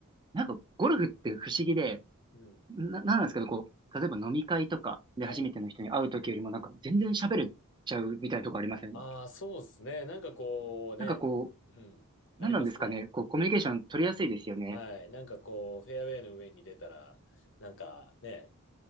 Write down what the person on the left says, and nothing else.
うん。
はい。ああ、そうですね。なんかこうね。
うん。ありますね。
はい。なんかこう、フェアウェイの上に出たら、なんかね、